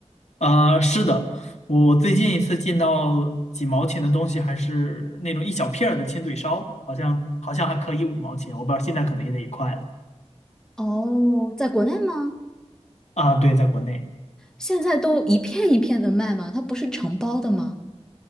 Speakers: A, on the left (about 80°); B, in the centre.
A: 呃，是的，我最近一次进到几毛钱的东西，还是那种一小片儿的亲嘴烧，好像好像还可以五毛钱，我不知道现在可能也得一块了。
B: 哦，在国内吗？
A: 啊，对，在国内，
B: 现在都一片一片的卖吗？它不是成包的吗？